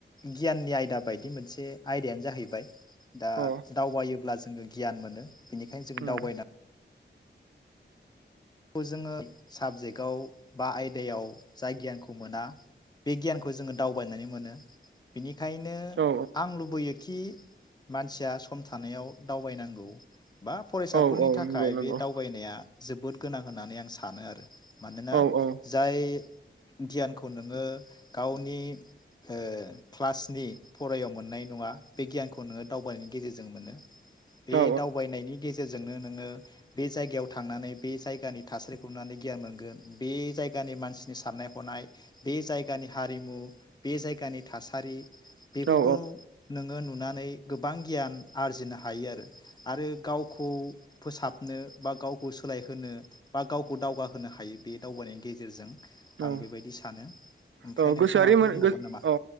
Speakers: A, on the left; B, on the right.
A: गियाननि आयदा बायदि मोनसे आयदायानो जाहैबाय दा
B: अ
A: दावबायोब्ला जों जोङो गियान मोनो बिनिखायनो जों
B: उम
A: दावबायदों खौ जोङो साबजेक्टआव बा आयदायाव जाय गियानखौ मोना बे गियानखौ जोङो दावबायनानै मोनो बिनि खायनो
B: औ
A: आं लुबैयो खि मानसिया सम थानायाव दावबायनांगौ बा फरायसाफोरनि
B: औ औ
A: थाखाय
B: नंगौ नंगौ
A: बे दावबायनाया जोबोद गोनां होननानै आं सानो आरो मानोना
B: औ औ
A: जाय गियानखौ नोङो गावनि ओ क्लासनि फरायाव मोननाय नङा बे गियानखौ नोङो दावबायनायनि गेजेरजों मोनो बे
B: औ
A: दावबायनायनि गेजेरजोंनो नोङो बे जायगायाव थांनानै बे जायगानि थासारिखौ नुनानै गियान मोनगोन बे जायगानि मानसिनि साननाय हनाय बे जायगानि हारिमु बे जायगानि थासारि बेफोरखौ
B: औ
A: नोङो नु नानै गोबां गियान आरजिनो हायो आरो गावखौ फोसाबनो बा गावखौ सोलायहोनो बा गावखौ दावगाहोनो हायो बे दावबायनायनि गेजेरजों आं
B: औ
A: बेबायदि सानो। ओमफ्राय
B: औ
A: नोंथाङा
B: गोसोआरि
A: माबाफोर बुंबावगोन नामा
B: औ